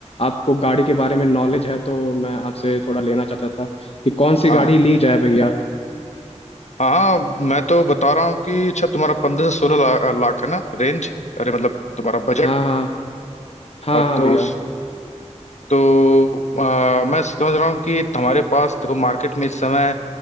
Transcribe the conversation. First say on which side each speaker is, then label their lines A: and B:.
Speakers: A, on the left; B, on the left.
A: आपको गाड़ी के बारे में नॉलेज है तो मैं आपसे थोड़ा लेना चाहता था कि कौन सी
B: हाँ
A: गाड़ी ली जाए भैया
B: हाँ हाँ मैं तो बता रहा हूँ कि अच्छा तुम्हारा पंद्रह से सोलह ला, लाख है ना रेंज अरे मतलब तुम्हारा बजट
A: हाँ हाँ। हाँ हाँ
B: तो
A: भैया
B: उस तो आ, मैं समझ रहा हूँ कि तुम्हारे पास देखो मार्केट में इस समय